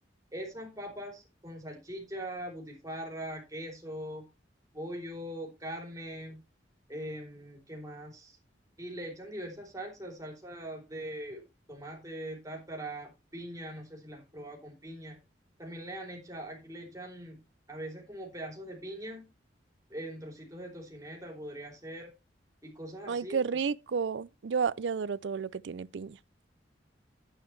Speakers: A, on the right; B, on the right.
A: Esas papas con salchicha, butifarra, queso, pollo, carne, em, ¿qué más? Y le echan diversas salsas, salsa de tomate, tártara, piña, no sé si las has probado con piña. También le han hecho, aquí le echan a veces como pedazos de piña en trocitos de tocineta, podría ser, y cosas así.
B: Ay, qué rico. Yo, yo adoro todo lo que tiene piña.